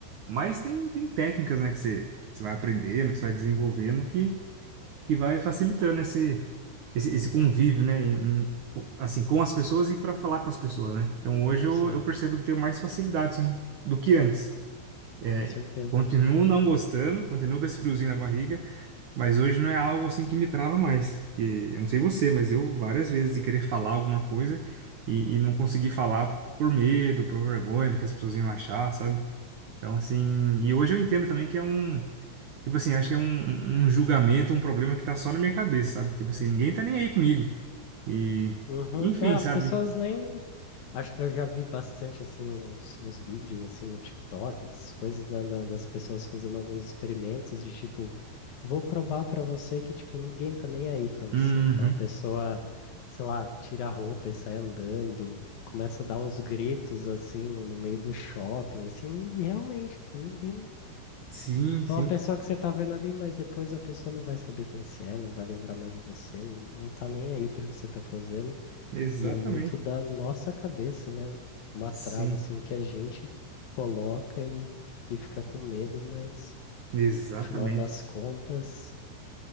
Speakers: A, on the right; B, on the left.
A: mas tem tem técnicas, né, que você você vai aprendendo, que você vai desenvolvendo que que vai facilitando esse, esse, esse convívio, né? em- em- assim, com as pessoas e para falar com as pessoas, né? Então hoje eu,
B: sim,
A: eu percebo que tenho mais facilidade, sim, do que antes. É,
B: com certeza.
A: continuo não gostando, continuo com esse friozinho na barriga, mas hoje não é algo assim que me trava mais, porque eu não sei você, mas eu várias vezes de querer falar alguma coisa e, e não conseguir falar por medo, por vergonha do que as pessoas iam achar, sabe? Então, assim, e hoje eu entendo também que é um Tipo assim, eu acho que é um, um um julgamento, um problema que tá só na minha cabeça, sabe? Tipo assim, ninguém tá nem aí comigo. E,
B: Uhum.
A: enfim,
B: É, as
A: sabe?
B: pessoas nem Acho que eu já vi bastante assim uns, uns vídeos assim no TikTok, essas coisas, né, da- das pessoas fazendo alguns experimentos de tipo, vou provar pra você que tipo ninguém tá nem aí pra você.
A: Uhum.
B: Então a pessoa, sei lá, tira a roupa e sai andando, começa a dar uns gritos assim no, no meio do shopping, assim, e realmente, tipo, ninguém.
A: Sim, sim.
B: É uma pessoa que você tá vendo ali, mas depois a pessoa não vai saber quem você é, não vai lembrar mais de você, não, não tá nem aí para o que você tá fazendo.
A: Exatamente.
B: E é muito da nossa cabeça, né? Uma
A: Sim,
B: trava assim que a gente coloca e, e fica com medo, mas
A: exatamente.
B: no final das contas,